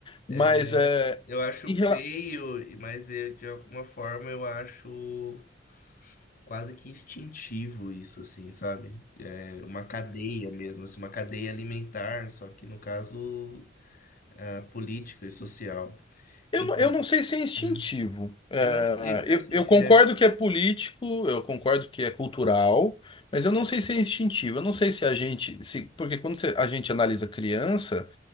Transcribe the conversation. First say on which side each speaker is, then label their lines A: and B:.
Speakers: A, on the left; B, on the left.
A: É,
B: mas é,
A: eu acho
B: em
A: feio,
B: rela-
A: e- mas eu, de alguma forma eu acho quase que instintivo isso, assim, sabe? É uma cadeia mesmo, assim, uma cadeia alimentar, só que no caso ah, política e social.
B: Eu,
A: Enfim,
B: não- eu não sei se é instintivo.
A: né?
B: É,
A: eu acho que,
B: eu,
A: é, assim,
B: eu concordo
A: é,
B: que é político, eu concordo que é cultural, mas eu não sei se é instintivo. Eu não sei se a gente, se, porque quando você- a gente analisa criança,